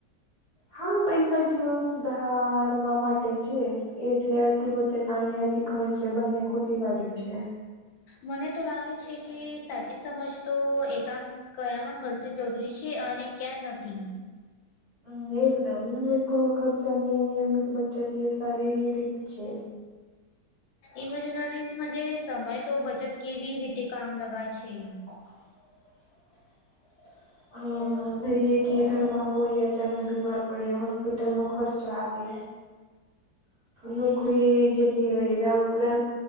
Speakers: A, on the right; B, on the left.
A: હા પૈસા જીવન સુધાર વા માટે છે એટલે અતિ બચત આની અતિ ખર્ચ બંને ખોટી બાજુ છે
B: મને તો લાગે છે કે સાચી સમજ તો એકા કયામાં ખર્ચે જરૂરી છે અને ક્યાં નથી
A: મ એકદમ વ પૂર્વ ખર્ચાની એ નિયમિત બચત એ સારી રીત છે
B: ઇમેજનરીસ સમય તો બચત કેવી રીતે કામ લગા છે
A: <inaudible> હ દરીએ કે ઘરમાં કોઈ અચાનક બીમાર પડે હોસ્પિટલ ન ખર્ચ આવે નોકરી જતી રહે વવ